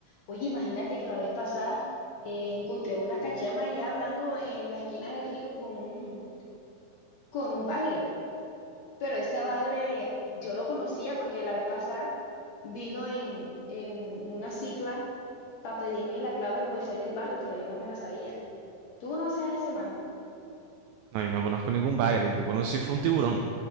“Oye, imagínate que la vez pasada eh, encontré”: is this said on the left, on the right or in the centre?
Left